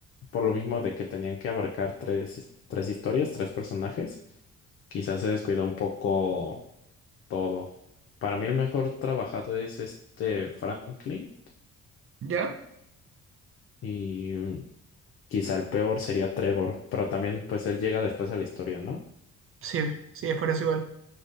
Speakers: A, on the left; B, on the right.
A: por lo mismo de que tenían que abarcar tres, his- tres historias, tres personajes, quizás se descuidó un poco todo. Para mí el mejor trabajado es este Franklin
B: ¿Ya?
A: y Quizá el peor sería Trevor, pero también pues él llega después a la historia, ¿no?
B: Sí, sí, es por eso igual.